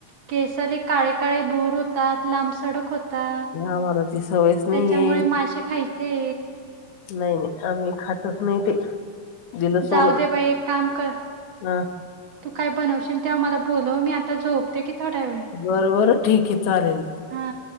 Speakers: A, on the right; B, on the left.
A: केस काळे का भोर होतात लांब सडक होता
B: आम्हाला ती सवयच नाहीये.
A: त्याच्यामुळे मासे खायचे
B: नाही नाही आम्ही खातच नाही ते दिलं सोडून
A: जाऊ दे बाई एक काम कर
B: हा
A: तू काय बनवशील तेव्हा मला बोलो मी आता झोपते की थोडा वेळ
B: बरबर ठीक चालेल
A: हा